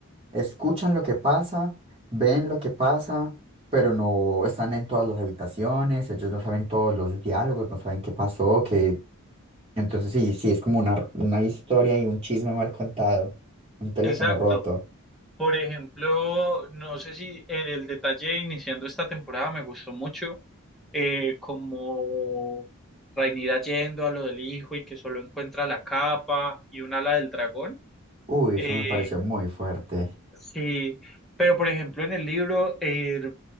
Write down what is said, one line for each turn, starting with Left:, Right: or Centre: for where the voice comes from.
Right: escuchan lo que pasa, ven lo que pasa, pero no están en todas las habitaciones, ellos no saben todos los diálogos, no saben qué pasó, que... Entonces sí, sí, es como una, una historia y un chisme mal contado, un teléfono
Centre: exacto.
Right: roto.
Centre: Por ejemplo, no sé si en el detalle iniciando esta temporada me gustó mucho eh, como Rhaenyra yendo a lo del hijo y que solo encuentra la capa y un ala del dragón.
Right: Uy,
Centre: Eh,
Right: eso me pareció muy fuerte.
Centre: Sí, pero por ejemplo en el libro eh,